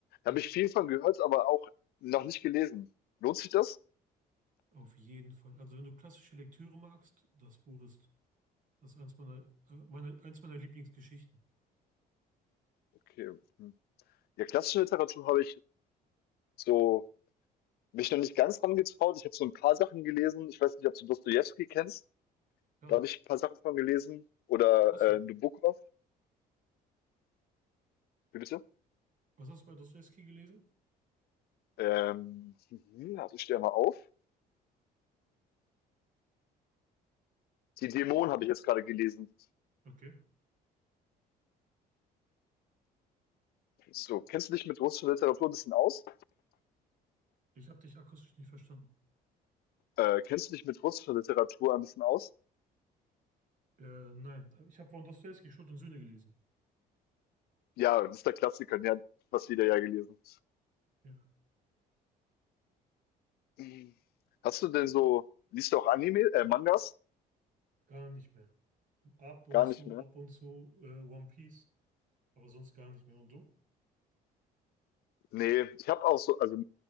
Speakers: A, on the right; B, on the left.
A: Ja,
B: habe ich viel von gehört, aber auch noch nicht gelesen. Lohnt sich das?
A: auf jeden Fall. Also wenn du klassische Lektüre magst, das Buch ist das ist eins meiner, äh, meine, eins meiner Lieblingsgeschichten.
B: Okay. hm. Ja, klassische Literatur habe ich so mich noch nicht ganz dran getraut. Ich habe so ein paar Sachen gelesen. Ich weiß nicht, ob du Dostojewski kennst.
A: Ja,
B: Da habe ich ein paar Sachen von gelesen. Oder
A: klasse.
B: äh, Nabokov. Wie bitte?
A: Was hast du bei Dostojewski gelesen?
B: Ähm, mhm, also ich stehe mal auf. Die Dämonen habe ich jetzt gerade gelesen.
A: Okay.
B: So, kennst du dich mit russischer Literatur ein bisschen aus?
A: Ich habe dich akustisch nicht verstanden.
B: Äh, kennst du dich mit russischer Literatur ein bisschen aus?
A: Äh, nein, ich habe von Dostojewski Schuld und Sühne gelesen.
B: Ja, das ist der Klassiker. Ja, was wieder ja gelesen.
A: Ja,
B: Hm. Hast du denn so, liest du auch Anime, äh, Mangas?
A: gar nicht mehr. Ab und
B: Gar
A: zu,
B: nicht mehr.
A: ab und zu äh, One Piece, aber sonst gar nicht mehr. Und du?
B: Nee, ich habe auch so, also